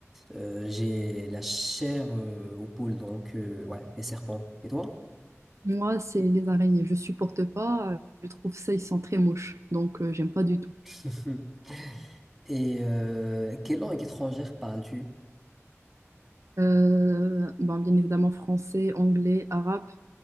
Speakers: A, in the centre; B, on the right.
A: euh, j'ai la chair euh, au poule. Donc euh, ouais, les serpents. Et toi?
B: Moi, c'est les araignées. Je supporte pas. euh, Je trouve ça, ils sont très moches. Donc, euh, j'aime pas du tout.
A: <laughs> Et euh, quelle langue étrangère parles-tu?
B: Euh, bon, bien évidemment français, anglais, arabe.